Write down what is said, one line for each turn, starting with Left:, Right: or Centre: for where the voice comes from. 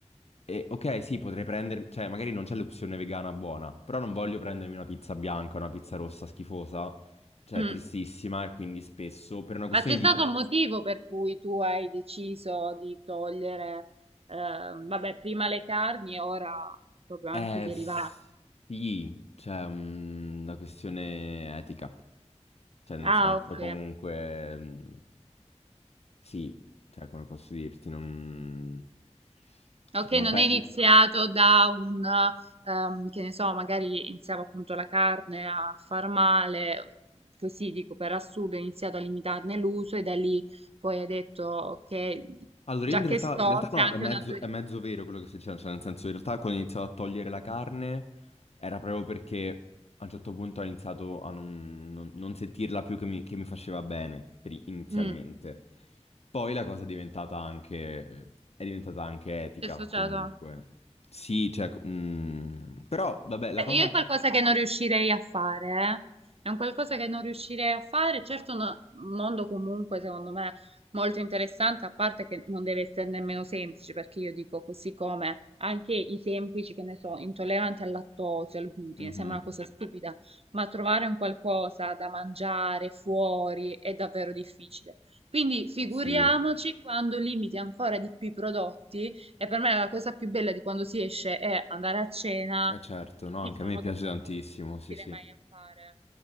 Left: E ok, sì, potrei prendermi, cioè magari non c'è l'opzione vegana buona, però non voglio prendermi una pizza bianca, una pizza rossa schifosa, cioè
Right: Mm.
Left: tristissima, e quindi spesso per una questione
Right: Ma c'è
Left: di...
Right: stato un motivo per cui tu hai deciso di togliere, eh, vabbè, prima le carni e ora proprio
Left: Eh
Right: anche i derivati.
Left: sì, cioè mm, una questione etica. Cioè, nel
Right: Ah,
Left: senso,
Right: ok.
Left: comunque, mh, sì, cioè, come posso dirti, non...
Right: Ok,
Left: Cioè, non
Right: non
Left: pe-
Right: è iniziato da un, ehm, che ne so, magari iniziava appunto la carne a far male, così dico per assurdo, ha iniziato a limitarne l'uso e da lì poi hai detto che
Left: Allora,
Right: già
Left: io in realtà,
Right: che sto,
Left: in realtà
Right: c'è
Left: no,
Right: anche
Left: è mezzo,
Right: una teoria.
Left: è mezzo vero quello che stai dicendo, cioè, nel senso, in realtà quando ho iniziato a togliere la carne era proprio perché a un certo punto ho iniziato a non, non- non sentirla più che mi, che mi faceva bene, per- inizialmente.
Right: Mm,
Left: Poi la cosa è diventata anche, è diventata anche etica,
Right: c'è associato.
Left: comunque. Sì, cioè, mm, però vabbè, la
Right: Eh,
Left: cosa.
Right: Io è qualcosa che non riuscirei a fare, eh. È un qualcosa che non riuscirei a fare. Certo, no- un mondo comunque, secondo me, molto interessante, a parte che non deve essere nemmeno semplice, perché io dico così come anche i semplici, che ne so, intolleranti al lattosio, al glutine,
Left: Mhm.
Right: sembra una cosa stupida, ma trovare un qualcosa da mangiare fuori è davvero difficile. Quindi figuriamoci
Left: Sì,
Right: quando limiti ancora di più i prodotti, e per me la cosa più bella di quando si esce è andare a cena
Left: eh certo, no,
Right: Diciamo
Left: anche a me piace
Right: che è un qualcosa
Left: tantissimo,
Right: che non riuscirei
Left: sì, sì.
Right: mai a fare.